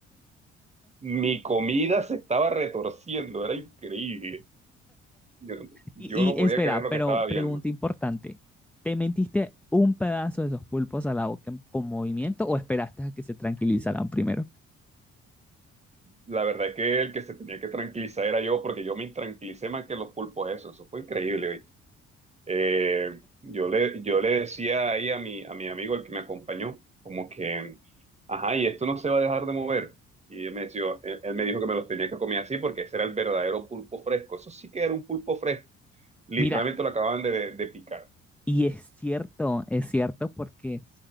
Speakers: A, on the right; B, in the centre.
A: mi comida se estaba retorciendo, era increíble. Yo, yo
B: Y,
A: no podía
B: y espera,
A: creer lo
B: pero
A: que estaba viendo.
B: pregunta importante. ¿Te metiste un pedazo de esos pulpos a la boca en- con movimiento o esperaste a que se tranquilizaran primero?
A: La verdad es que el que se tenía que tranquilizar era yo, porque yo me intranquilicé más que los pulpos eso. Eso fue increíble, ¿viste? Eh, yo le, yo le decía ahí a mi, a mi amigo, el que me acompañó, como que, ajá, y esto no se va a dejar de mover. Y él me decía, él, él me dijo que me los tenía que comer así porque ese era el verdadero pulpo fresco. Eso sí que era un pulpo fresco. Literalmente
B: Mira,
A: lo acababan de, de picar.
B: Y es cierto, es cierto porque